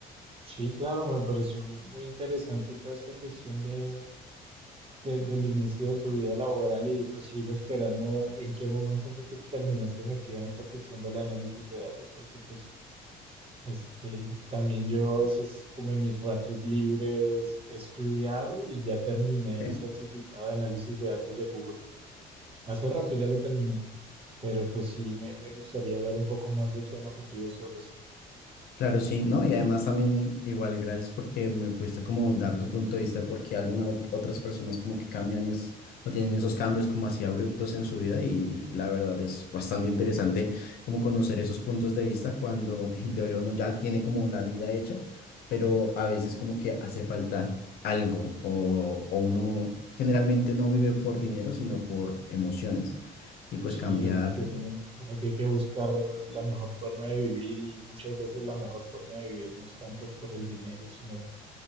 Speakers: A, on the right; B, on the left.
A: Sí, claro, me pareció muy interesante toda esta cuestión de, de- del inicio de tu vida laboral y pues sigo esperando en qué momento fue que terminaste metido en esta cuestión del análisis de datos, porque pues este también yo a veces como en mis ratos libres he estudiado y ya terminé
B: Ok,
A: el certificado de análisis de datos de Google. Hace rato ya lo terminé. Pero pues sí, me, me gustaría hablar un poco más del tema contigo sobre esto.
B: Claro, sí, ¿no? Y además también igual gracias porque me pudiste como dar tu punto de vista de por qué algunas otras personas como que cambian es, o tienen esos cambios como así abruptos en su vida y la verdad es bastante interesante como conocer esos puntos de vista cuando en teoría uno ya tiene como la vida hecha, pero a veces como que hace falta algo o, o uno generalmente no vive por dinero sino por emociones y pues
A: Sí,
B: cambiar.
A: uno tiene, uno tiene que buscar la mejor forma de vivir y muchas veces la mejor forma de vivir no es tanto por el dinero, sino